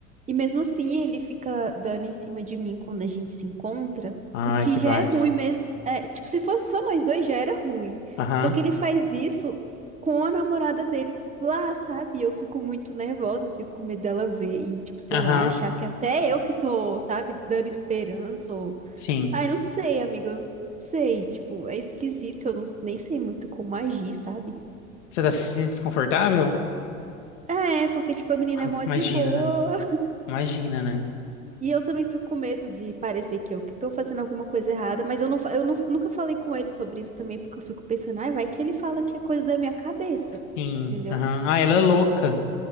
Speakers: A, on the right; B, on the left.
A: E mesmo assim, ele fica dando em cima de mim quando a gente se encontra,
B: Ai,
A: o que
B: que
A: já
B: vibes.
A: é ruim mesmo. É, tipo, se fosse só nós dois, já era ruim.
B: Aham,
A: Só que ele faz isso com a namorada dele lá, sabe? Eu fico muito nervosa, eu fico com medo dela ver e, tipo, sei
B: Aham,
A: lá, achar que até eu que tô, sabe, dando esperança ou...
B: Sim.
A: Ai, não sei, amiga, eu não sei. Tipo, é esquisito, eu não, nem sei muito como agir, sabe?
B: Você tá se sentindo desconfortável?
A: É, porque, tipo, a menina
B: <laughs>
A: é mó de
B: Imagina,
A: boa.
B: né? Imagina, né?
A: E eu também fico com medo de parecer que eu que tô fazendo alguma coisa errada, mas eu, não, fa- eu não- nunca falei com ele sobre isso também, porque eu fico pensando, ai, vai que ele fala que é coisa da minha cabeça,
B: Sim,
A: entendeu?
B: aham. Ah, ela é louca,